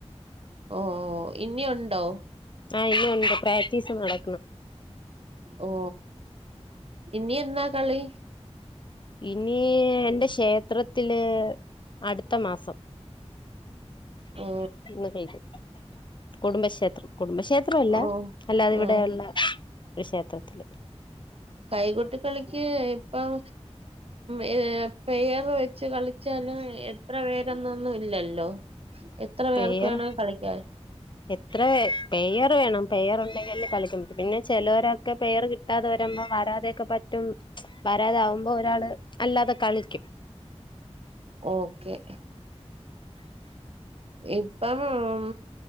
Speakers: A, on the right; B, on the left.
A: ഓ ഇനിഉണ്ടോ
B: ആ ഇനി ഒണ്ട് പ്രാക്റ്റീസ് മൊടക്കണം
A: ഓ ഇനി എന്നാ കളി
B: ഇനി എന്റെ ക്ഷേത്രത്തില് അടുത്ത മാസം
A: ഓ
B: ഇന്ന് കൈഞ്ഞു കുടുംബക്ഷേത്രം കുടുംബക്ഷേത്രം അല്ല
A: ഓ
B: അല്ലാതെ ഇവിടെയള്ള
A: ആഹ്
B: ഒരുക്ഷേത്രത്തില്
A: കൈകൊട്ട കളിക്ക് ഇപ്പം ഏ പേർ വെച്ച് കളിച്ചാലും എത്ര പേരൊന്നൊന്നും ഇല്ലല്ലോ എത്ര പേർക്ക്
B: പേർ
A: വേണേ കളിക്കാം
B: എത്ര പേർ വേണം പയ്യർുണ്ടെങ്കിലല്ലേ കളിക്കമ്പറ്റു പിന്നെ ചിലർ പേർ കിട്ടാതെ വരുമ്പോ വരാതെയക്കെ പറ്റും വരാക അ ഒരാള് അല്ലാതെ കളിക്കും
A: ഓക്കെ ഇപ്പം ഉം